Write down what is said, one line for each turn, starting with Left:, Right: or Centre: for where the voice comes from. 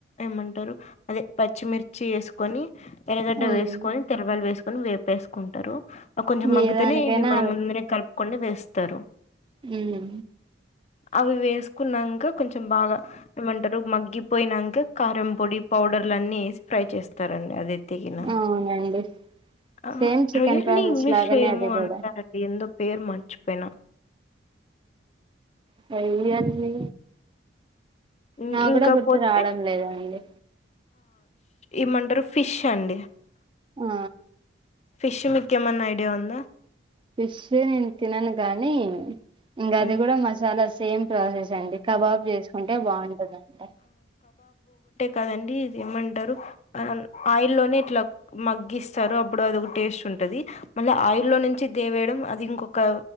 Left: ఏమంటారు అదే పచ్చిమిర్చి వేసుకొని ఎరగడ్డ
Right: ఉమ్
Left: వేసుకొని తెల్లవాలు వేసుకొని వేపేసుకుంటారు కొంచెం మగుతేనే
Right: ఏ దానికైనా
Left: ఇవి మన ముందునే కలుపుకొని వేస్తారు
Right: ఉ హు
Left: అవి వేసుకున్నాక కొంచెం బాగా ఏమంటారు మగ్గిపోయినాక కారం పొడి పౌడర్లు అన్ని వేసి ఫ్రై చేస్తారండి అది తగిన
Right: అవునండి
Left: ఆ
Right: సేమ్ చికెన్
Left: రొయని
Right: ప్రాసెస్
Left: ఇంగ్లీష్
Right: లాగానే
Left: ఏమో
Right: అది కూడా
Left: అంటారండి ఎందు పేరు మార్చిపోనా
Right: పైవి అన్ని
Left: ఇం
Right: నా
Left: ఇంకా
Right: కూడా గుర్తు
Left: పోతే
Right: రావడం లేదఅండి
Left: ఇమంటారు ఫిష్ అండి
Right: ఆ
Left: ఫిష్ ఈకేమన్నా ఐడియా ఉందా
Right: ఫిష్ నేను తినను గానీ ఇంకా అది
Left: ఉమ్
Right: కూడా మసాలా సేమ్ ప్రసేస్ అడి కబాబ్ చేసుకుంటే బాగుంటుందండి
Left: కదండి ఇది ఏమంటారు ఆయిల్ లోనే ఇట్లా మగ్గిస్తారు అప్పుడు అదొక టేస్ట్ ఉంటుంది ఉంటది మళ్ళీ ఆయిల్ నుంచి దేవేయడం అది ఇంకొక